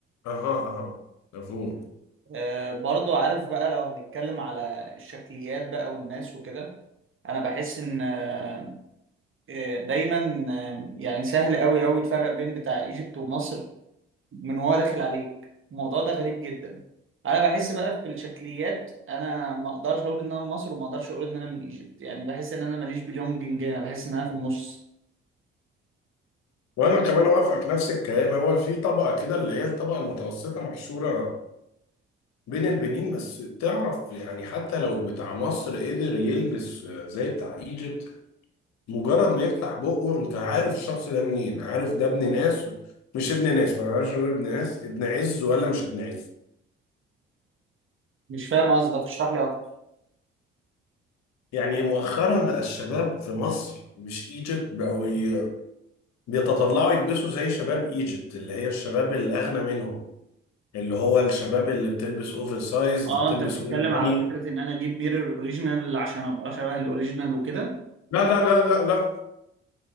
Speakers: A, on the left; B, on the right.
A: اها اها مفهوم
B: آه برضو عارف بقى لو هنتكلم على الشكليات بقى والناس وكده انا بحس ان آه، دايما آه، يعني سهل قوي قوي تفرق بين بتاع ايجيبت ومصر من هو داخل عليك الموضوع ده غريب جدا انا بحس بقى في الشكليات انا ما اقدرش اقول ان انا من مصر وما اقدرش اقول ان انا من ايجيبت يعني بحس ان انا ماليش بلونجنج هنا بحس ان انا في النص
A: وانا كمان اوافقك نفس الكلام هو في طبقة كده اللي هي الطبقة المتوسطة محشورة بين البنين بس تعرف يعني حتى لو بتاع مصر قدر يلبس زي بتاع ايجيبت مجرد ما يفتح بقه انت عارف الشخص ده منين عارف ده ابن ناس مش ابن ناس ما بقاش نقول ابن ناس ابن عز ولا مش ابن عز
B: مش فاهم قصدك اشرح لي اكتر
A: يعني مؤخرا بقى الشباب في مصر مش ايجيبت بقوا ي- بيتطلعوا يلبسوا زي شباب ايجيبت اللي هي الشباب الاغنى منهم اللي هو الشباب اللي بتلبس اوفر سايز
B: اه
A: اللي بتلبس
B: انت بتتكلم
A: اول باني
B: على فكرة ان انا اجيب ميرور اوريجينال عشان ابقى شبه الاوريجينال وكده
A: لا لا لا لا لا